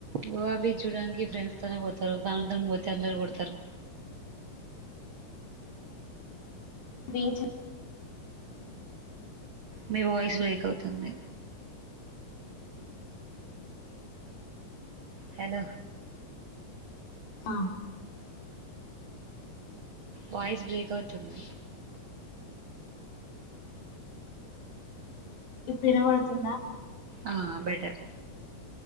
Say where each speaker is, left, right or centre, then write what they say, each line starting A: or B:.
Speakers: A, on the right (about 70°); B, on the left (about 80°).
A: గోవా బీచ్ చూడడానికి ఫ్రెండ్స్ తొనే పోతారు దాని తం పోతే అందరు కొడతారు అహ
B: బిచ్
A: మీ వాయిస్ బ్రేక్ అవుతుంది హేలో
B: మ
A: వాయిస్ బ్రేక్ అవుతుంది
B: ఇప్పుడు ఇనపడుతుందా
A: ఆ బెటర్